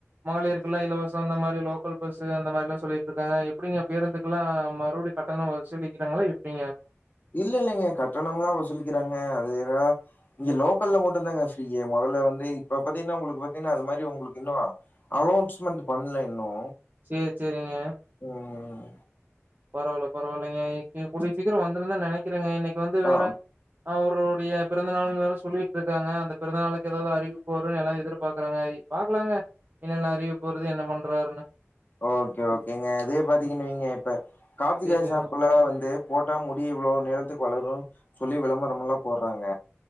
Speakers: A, on the right; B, on the left.
A: மகளிர்குல்லா இலவசொ அந்த மாரி லோக்கல் பஸ்ஸு அந்த மாரிலா சொல்லிட்டு இருக்காங்க எப்டிங்க பேருந்துக்குல்லா மறுபடியு கட்டண வசூலிக்கிறாங்களா எப்டிங்க
B: இல்ல இல்லங்க கட்டணம்ல்லா வசூலிக்கிறாங்க அது எதா இங்க லோக்கல்ல மட்டு தாங்க ஃப்ரீயு மெதல்ல இருந்து இப்ப பாத்தீங்கன்னா உங்களுக்கு பாத்தீங்கன்னா அது மாரி உங்களுக்கு இன்னு அனௌன்ஸ்மெண்ட் பண்ல இன்னு
A: சேரி சேரிங்க
B: ம்
A: பரவாயில்ல பரவாயில்லங்க இக்கு கூடிய சீக்கிரொ வந்துருனு தா நெனைக்கிறேங்க இன்னைக்கு வந்து
B: ஆ
A: வேற அவருடைய பிறந்தநாள்னு வேற சொல்லிட்டு இருக்காங்க அந்த பிறந்தநாளுக்கு ஏதாவது அறிவிப்பு வருனு எல்லா எதிர்பாக்குறாங்க பாக்கலாங்க என்னென்ன அறிவிப்பு வருது என்ன பண்றாருன்னு
B: ஓகே ஓகேங்க இதே பாத்தீங்கன்னு வைங்க இப்ப கார்த்திகா
A: சேரி, சேரிங்க.
B: ஷாம்புலா வந்து போட்டா முடி இவ்ளோ நீளத்துக்கு வளரு சொல்லி விளம்பரம் எல்லா போடுறாங்க